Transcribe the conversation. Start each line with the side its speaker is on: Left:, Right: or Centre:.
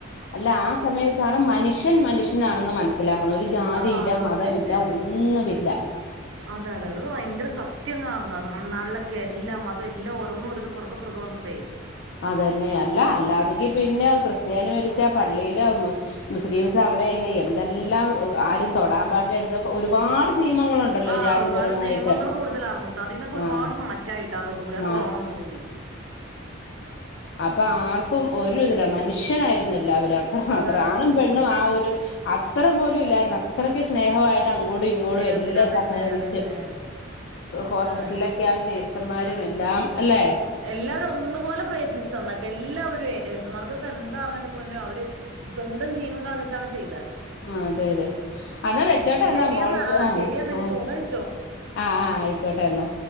Left: അല്ല ആ സമയത്താണ് മനുഷ്യൻ മനുഷ്യനാണെന്ന് മന മനസ്സിലാക്കണം ഒരു ജാതി
Right: ആഹ്
Left: ഇല്ല മതവില്ല
Right: അതന്നെ
Left: ഒന്നുവില്ല
Right: അതെ അതെ അതെ അത് ഭയങ്കര സത്യം <unintelligible> <unintelligible> എല്ലാം ഓരോന്ന് ഓരോന്ന് പുറകെ പുറകെ വന്നപ്പേ.
Left: അതന്നെ അല്ല അല്ലാതെങ്കി പിന്നെ <unintelligible> മരിച്ച പള്ളിയില് മുസ്ലിംസ് അവിടെെങ്ങനെ എന്തെല്ലാം ആരും തൊടാൻമ്പാടില്ല, എടുക്കപാടില്ല ഒരുപാട്. നിയമങ്ങളുണ്ടല്ലോ
Right: ആഹ
Left: ജാതിപരമായിട്ട്
Right: ഒരുപാട് നിയമങ്ങൾ കൂടുതലാ- ർന്നുട്ടോ. അതിൽ നിന്നൊക്കെ ഒരുപാട്
Left: ആഹ്
Right: മാറ്റായിട്ട. അതോടുകൂടി ആ
Left: മാ
Right: കൊറോണ വന്നോടു കൂടി.
Left: അപ്പ ആർക്കും ഒരു ഇതില്ല മനുഷ്യനായിരുന്നു എല്ലാവരും. അത്ര മാത്രം
Right: അതെ അതെ അത്
Left: ആണും
Right: ശരിയാണ്
Left: പെണ്ണും ആ ഒരു അത്രം പോലും ഇല്ലായിരുന്നു. അത്രക്ക് സ്നേഹായിട്ട്. അങ്ങോടും ഇങ്ങോടും
Right: സ്നേഹത്തില്
Left: എല്ലാം
Right: അതന്നെ
Left: സഹകരിച്ച്
Right: അതന്നെ
Left: ഹോസ്പിറ്റലിലൊക്കെയ
Right: ആഹ്
Left: നേഴ് ന്മാരും എല്ലാം അല്ലെ.
Right: എല്ലാവരും ഒന്നും. അതു പോലെ പ്രയത്നിച്ച <unintelligible> എല്ലാവരും നേഴ്സുമാർക്ക്. ഇന്തെന്താന്ന് പൊന്നോ അവര് സ്വന്തം ജീവം കളഞ്ഞിട്ടാണ് ചെയ്ത.
Left: ആ അതെ അതെ അന്നാ വെച്ചോട്ടൊന്നാ.
Right: എന്നാ ശരിയെന്നാ
Left: മോൾക്ക്
Right: ആഹ്
Left: ആ
Right: ശരിയെന്നാ
Left: ആ
Right: ഇനി ഊണ് കഴിച്ചോ
Left: ആ ആഹ ആയിക്കോട്ടെ എന്നാ.